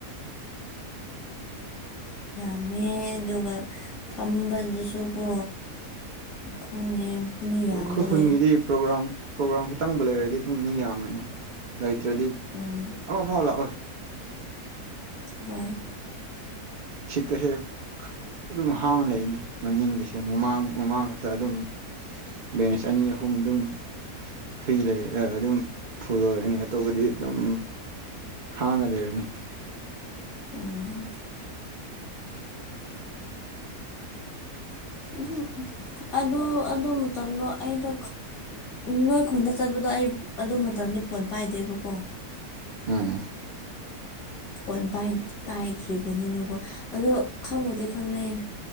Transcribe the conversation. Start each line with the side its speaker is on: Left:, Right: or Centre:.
Left: ꯐꯝꯃꯦ ꯑꯗꯨꯒ ꯐꯝꯕꯗꯨꯁꯨꯀꯣ ꯈꯪꯗꯦ ꯃꯤ ꯌꯥꯝꯕꯒꯤ
Right: ꯈꯨꯈ ꯈꯨꯜꯒꯤꯗꯤ ꯄ꯭ꯔꯣꯒ꯭ꯔꯥꯝ ꯄ꯭ꯔꯣꯒ꯭ꯔꯥꯝ ꯈꯤꯇꯪꯕ ꯂꯩꯔꯗꯤ ꯑꯗꯨꯝ ꯃꯤ ꯌꯥꯝꯕꯅꯤ ꯅꯩꯇ꯭ꯔꯗꯤ
Left: ꯎꯝ
Right: ꯑꯃ ꯐꯥꯎ ꯂꯥꯛꯑꯣꯣꯏ
Left: ꯍꯣꯏ
Right: ꯁꯤ ꯀꯁꯦ ꯑꯗꯨꯝ ꯍꯥꯡꯅ ꯂꯩꯅꯤ ꯃꯅꯤꯡꯒꯤꯁꯦ ꯃꯃꯥꯡ ꯃꯃꯥꯡ ꯈꯛꯇ ꯑꯗꯨꯝ ꯕꯦꯡꯁ ꯑꯅꯤ ꯑꯍꯨꯝ ꯑꯗꯨꯝ ꯐ꯭ꯔꯤ ꯂꯩ ꯑꯗꯨꯝ ꯐꯨꯗꯣꯔꯅꯤ ꯑꯇꯣꯞꯄꯗꯤ ꯑꯗꯨꯝ ꯍꯥꯡꯉ ꯂꯩꯔꯅꯤ
Left: ꯎꯝ
Right: <unintelligible>
Left: ꯑꯗꯨ ꯑꯗꯨ ꯑꯗꯨ ꯃꯇꯝꯗꯣ ꯑꯩꯗꯣ ꯅꯣꯏꯈꯣꯟꯗ ꯆꯠꯄꯗꯣ ꯑꯩ ꯑꯗꯨ ꯃꯇꯝꯗꯤ ꯐꯣꯟ ꯄꯥꯏꯗꯦꯕꯀꯣ
Right: ꯑꯝ
Left: ꯐꯣꯟ ꯄꯥꯏꯗ꯭ꯔꯤꯕꯅꯤꯅꯀꯣ ꯑꯗꯣ ꯈꯪꯉꯨꯗꯤ ꯈꯪꯅꯩꯌꯦ